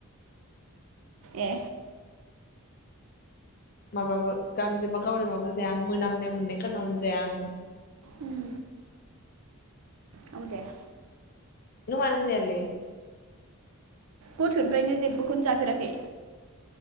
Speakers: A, on the right (about 75°); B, on the left (about 40°).
A: ए
B: माबाबो गांजेबा गावरेमाबो जाया आं मोनामनाय मोननाय खारनावनो जाया आं।
A: उम आंबो जाया।
B: नों मानो जायालै?
A: गथ'निफ्रायनो जेबबोखौनो जाफेराखै?